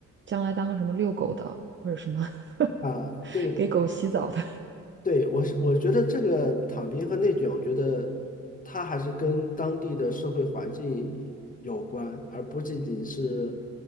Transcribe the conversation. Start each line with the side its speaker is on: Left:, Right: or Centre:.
Right: 将来当个什么遛狗的，或者什么 <laughs>
Left: 啊。对
Right: 给狗洗澡的。
Left: 对，我是我觉得这个躺平和内卷，我觉得它还是跟当地的社会环境有关，而不仅仅是